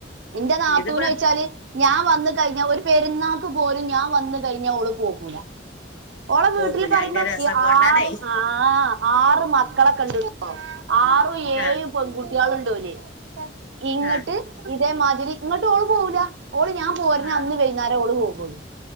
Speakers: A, on the right; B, on the left.
A: എന്റെ നാത്തൂൻയ്ച്ചാല്
B: ഇതിപ്പോ
A: ഞാൻ വന്ന് കഴിഞ്ഞ ഒരു പെരുന്നാ ക്ക്പോലും ഞാൻ വന്ന് കഴിഞ്ഞ ഓള് പോകൂല. ഓളെ വീട്ടില്
B: പോകൂല
A: പറയുമ്പം
B: അതിന്റെ രസം കൊണ്ടാണേ
A: ആറ് ആ ആറ് മക്കളെക്കെണ്ട്ട്ടോ ആറു, ഏഴും
B: ആ
A: പെൺങ്കുട്ടി യാളുണ്ടലി ഇങ്ങട്ട്
B: ആ
A: ഇതേമാതിരി ഇങ്ങട്ട് ഓള് പോവൂല ഓള് ഞാൻ പോര്ന
B: ആ
A: അന്ന് വൈന്നേരഓള് പോകളളൂ.